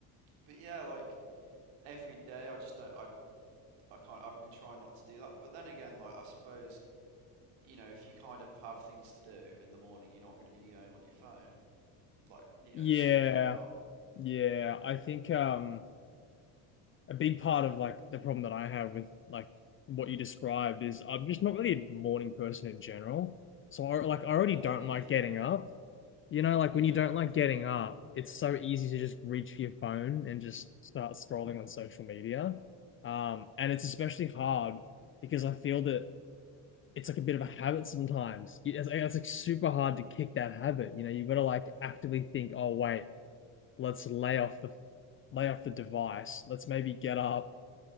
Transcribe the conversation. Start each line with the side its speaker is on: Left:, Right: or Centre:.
Right: But yeah, like every day I just don't I I can't I've been trying not to do that. But then again, like I suppose you know, if you kind of have things to do in the morning, you're not going to be going on your phone. Like, you know,
Left: Yeah,
Right: as soon as you get up.
Left: yeah. I think um a big part of like the problem that I have with like what you described is I'm just not really a morning person in general. So I like I already
Right: No,
Left: don't
Right: me
Left: like
Right: neither,
Left: getting
Right: mate.
Left: up. You know, like
Right: Yeah,
Left: when you don't like getting up, it's so easy to just reach for your phone and just start scrolling on social media. Um, and it's especially hard because I feel that it's like a bit of a habit sometimes. It's, it's like super hard to kick that habit. You know, you've got to like actively think, oh wait, let's lay off the lay off the device. Let's maybe get up,